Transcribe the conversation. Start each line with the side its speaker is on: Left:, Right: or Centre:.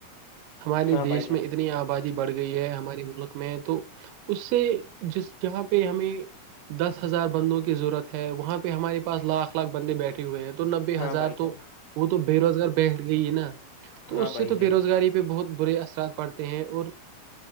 Right: ہمارے
Left: ہاں
Right: دیش
Left: بھائی جان
Right: میں اتنی آبادی بڑھ گئی ہے ہمارے ملک میں تو اس سے جس جہاں پہ ہمیں دس ہزار بندوں کی ضرورت ہے وہاں پہ ہمارے پاس لاکھ لاکھ بندے بیٹھے ہوئے ہیں تو نبے
Left: ہاں
Right: ہزار
Left: بھائی
Right: تو
Left: جان
Right: وہ تو بے روزگار بیٹھ گئی ہی نا تو
Left: ہاں
Right: اس
Left: بھائی
Right: سے تو
Left: جان
Right: بے روزگاری پہ بہت برے اثرات پڑتے ہیں اور